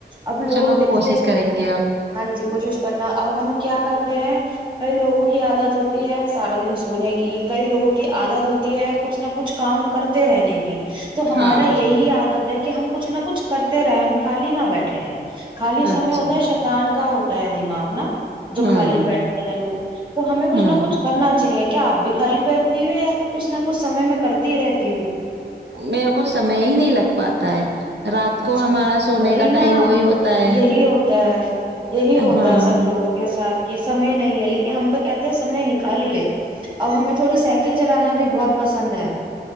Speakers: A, on the right; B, on the right.
A: اب لوگ
B: چلو
A: دیکھیے
B: کوشش کریں گے آپ۔
A: ہاں جی کوشش کرنا اب ہم کیا کرتے ہیں کئی لوگوں کی عادت ہوتی ہے سارا دن سونے کی کئی لوگوں کی عادت ہوتی ہے کچھ نہ کچھ کام کرتے رہنے کی تو ہمارا
B: ہاں
A: یہی عادت ہے کہ کہ ہم کچھ نہ کچھ کرتے رہے ہم خالی نہ بیٹھے ہیں خالی
B: اچھا
A: سمے ہوتا ہے شدان کا ہوتا ہے دماغ نا جو
B: ہوں
A: خالی بیٹھتے ہیں لوگ تو ہمیں کچھ
B: ہوں
A: نہ کچھ کرنا چاہیے کیا آپ بھی خالی بیٹھتی ہو یا پھر کچھ نہ کچھ سمے میں کرتی ہی رہتی ہ
B: میرے کو سمے ہی نہیں لگ پاتا ہے رات کو
A: اچھا
B: ہمارا سونے
A: وہی
B: کا
A: نا
B: ٹائم وہی ہوتا ہے
A: یہی ہوتا ہے یہی ہوتا
B: ہاں
A: ہے سب لوگوں کے ساتھ یہ سمے نہیں ہے لیکن ہم تو کہتے ہیں سمے نکالیے ا ہمیں تھوڑی سائیکل چلانا بھی بہت پسند ہے